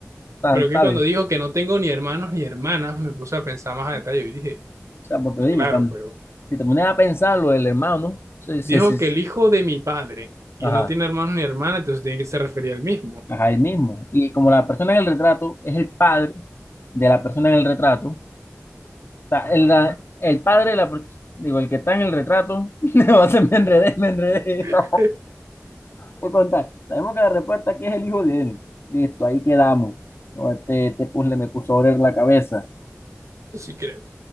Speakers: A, on the left; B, on the right.
A: está,
B: Pero que
A: ¿sabes?
B: cuando dijo que no tengo ni hermanos ni hermanas, me puse a pensar más a detalle y dije,
A: O sea, porque digo,
B: claro,
A: cuando-
B: pero
A: si te pones a pensarlo, el hermano, sí, sí,
B: dijo
A: sí,
B: que el hijo de mi padre y
A: ajá,
B: no tiene hermanos ni hermanas, entonces tiene que se refería al mismo.
A: ajá, él mismo. Y como la persona en el retrato es el padre de la persona en el retrato, o sea,
B: Ajá.
A: el, la- el padre de la, per- digo, el que está en el retrato, <laughs> no, se me enredé, me enredé. <laughs>
B: <laughs>
A: Por contar, sabemos que la respuesta aquí es el hijo de él. Listo, ahí quedamos. No, este, este puzzle me puso a oler la cabeza.
B: Sí creo.